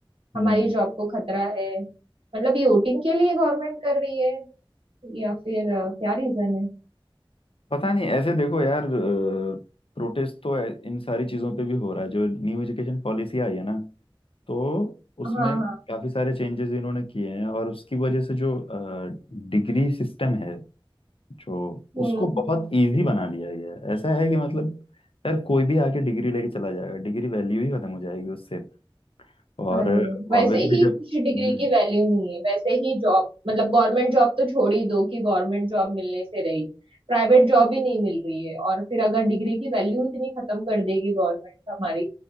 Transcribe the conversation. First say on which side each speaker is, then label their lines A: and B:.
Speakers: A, on the right (about 80°); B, on the left (about 80°).
A: हमारी
B: हम्म
A: जॉब को खतरा है मतलब ये वोटिंग के लिए गवर्नमेंट कर रही है या फिर अ, क्या रीजन है
B: पता नहीं ऐसे देखो यार प्रोटेस्ट तो ऐ- इन सारी चीजों पे भी हो रहा है जो न्यू एजुकेशन पॉलिसी आई है ना तो उसमें
A: हाँ हाँ
B: काफी सारे चेंजेस इन्होंने किए हैं और उसकी वजह से जो डिग्री सिस्टम है जो
A: हम्म
B: उसको बहुत इजी बना दिया गया है ऐसा है कि मतलब यार कोई भी आके डिग्री लेके चला जाएगा डिग्री वैल्यू ही खत्म हो जाएगी उससे और
A: हाँ जी वैसे
B: ऑब्वियसली
A: ही
B: जब
A: कुछ डिग्री
B: हम्म
A: की वैल्यू नहीं है वैसे ही जॉब मतलब गवर्नमेंट जॉब तो छोड़ ही दो कि गवर्नमेंट जॉब मिलने से रही प्राइवेट जॉब ही नहीं मिल रही है और फिर अगर डिग्री की वैल्यू इतनी खत्म कर देगी गवर्नमेंट हमारी